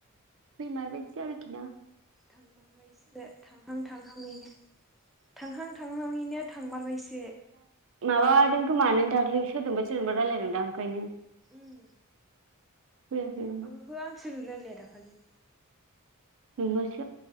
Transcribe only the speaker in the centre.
थांमारबायसो थांहां थांहांयैनो थांहां थांहां यैनो थांमारबायसो
ओम
ओहो आं सोरजों रायलाया दाखालि